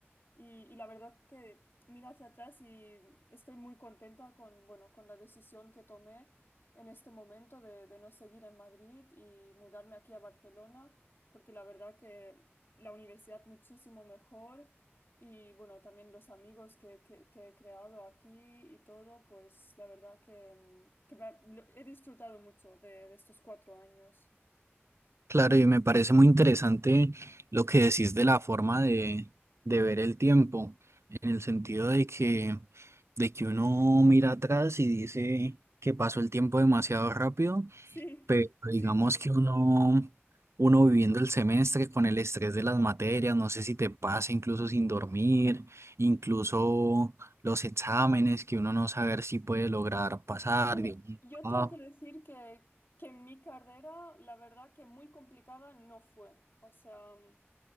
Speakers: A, on the left; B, on the right.
A: y, y la verdad que miro hacia atrás y estoy muy contenta con, bueno, con la decisión que tomé en este momento de, de no seguir en Madrid y mudarme aquí a Barcelona, porque la verdad que la universidad muchísimo mejor y bueno, también los amigos que, que- que he creado aquí y todo, pues la verdad que, mm, que me ha- lo- he disfrutado mucho de, de estos cuatro años.
B: Claro, y me parece muy interesante lo que decís de la forma de, de ver el tiempo, en el sentido de que, de que uno mira atrás y dice que pasó el tiempo demasiado rápido,
A: Sí,
B: Pero
A: sí,
B: digamos
A: sí.
B: que uno, uno viviendo el semestre con el estrés de las materias, no sé si te pasa incluso sin dormir, incluso los exámenes que uno no saber si puede lograr pasar.
A: Bueno,
B: digo,
A: yo
B: "Ah,
A: tengo que decir que, que mi carrera, la verdad que muy complicada no fue. O sea, mm,